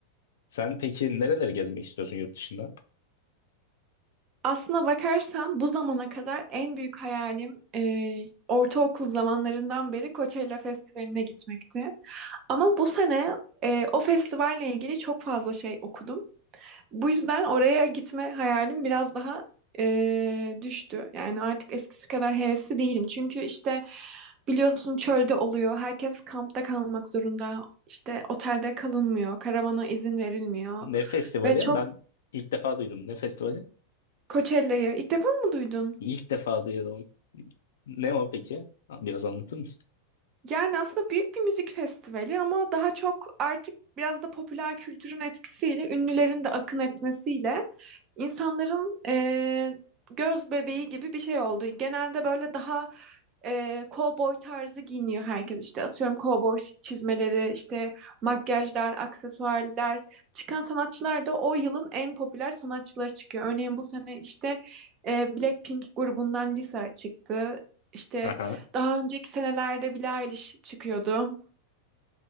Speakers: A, on the left (about 60°); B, on the right (about 35°).
A: Sen peki nereleri gezmek istiyorsun yurt dışında?
B: Aslına bakarsan bu zamana kadar en büyük hayalim e, ortaokul zamanlarından beri Coachella Festivali'ne gitmekti. Ama bu sene e, o festivalle ilgili çok fazla şey okudum. Bu yüzden oraya gitme hayalim biraz daha e, düştü. Yani artık eskisi kadar hevesli değilim. Çünkü işte biliyorsun çölde oluyor. Herkes kampta kalmak zorunda. İşte otelde kalınmıyor. Karavana izin verilmiyor.
A: Ne festivali?
B: Ve çok
A: Ben ilk defa duydum. Ne festivali?
B: Coachella'yı ilk defa mı duydun?
A: İlk defa duydum. Ne o peki? Biraz anlatır mısın?
B: Yani aslında büyük bir müzik festivali ama daha çok artık biraz da popüler kültürün etkisiyle, ünlülerin de akın etmesiyle insanların eee, göz bebeği gibi bir şey oldu. Genelde böyle daha eee cowboy tarzı giyiniyor herkes işte. Atıyorum cowboy çizmeleri, işte makyajlar, aksesuarlar. Çıkan sanatçılar da o yılın en popüler sanatçıları çıkıyor. Örneğin bu sene işte eee, Blackpink grubundan Lisa çıktı. İşte
A: Aha,
B: Daha önceki senelerde Billie Eilish çıkıyordu.